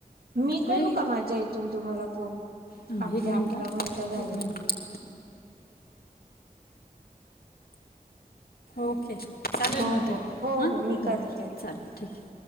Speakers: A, on the right; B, on the left.
A: मी
B: काही
A: करू का? माझ्या इथून तुम्हाला फोन
B: हां
A: आपले
B: एक मिनटं
A: अकरा
B: हां
A: मिनटं झाले.
B: एक मिनटं ओके! चालेल,
A: हो
B: मग ताई
A: हो हो
B: हा
A: हो मी करते
B: ओके चालेल ठीक आहे.